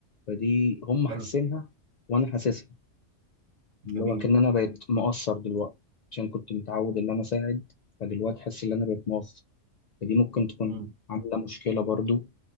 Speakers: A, on the left; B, on the right.
A: فدي هم
B: حلو
A: حاسينها وأنا حاسسها اللي
B: جميل
A: هو كأن أنا بقيت مقصر دلوقتي عشان كنت متعود إن أنا أساعد فدلوقتي حاسس إن أنا بقيت مقصر فدي ممكن تكون
B: مم.
A: عاملة مشكلة برضو